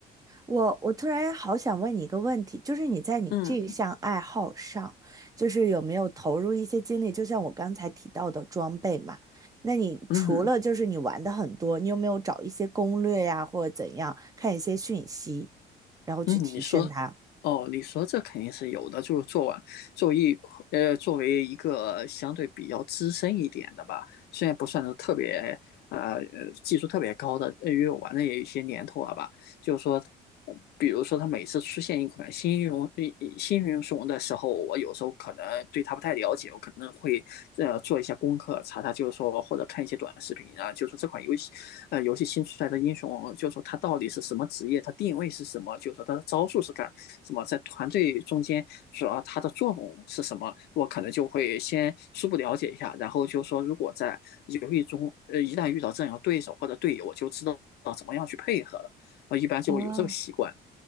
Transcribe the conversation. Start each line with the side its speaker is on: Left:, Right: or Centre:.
Right: 我我突然好想问你一个问题，就是你在你这项爱好上，
Left: 嗯
Right: 就是有没有投入一些精力？就像我刚才提到的装备嘛，那你除了就是你玩的很多，
Left: 嗯
Right: 你有没有找一些攻略呀，或者怎样，看一些讯息，然后去提升它？
Left: 嗯，你说哦，你说这肯定是有的，就是做完作为一呃作为一个相对比较资深一点的吧，虽然不算是特别呃呃技术特别高的，呃因为我玩的也有一些年头了吧，就是说，呃比如说它每次出现一款新英雄一一新英雄的时候，我有时候可能对它不太了解，我可能会呃做一下功课，查查就是说或者看一些短视频啊，就是说这款游戏呃游戏新出来的英雄，就是说它到底是什么职业，它定位是什么，就是说它的招数是干什么，在团队中间主要它的作用是什么，我可能就会先初步了解一下，然后就是说如果在游戏中呃一旦遇到这样的对手或者队友，我就知道怎么样去配合了。啊，一般就有这个习惯。
Right: 哦，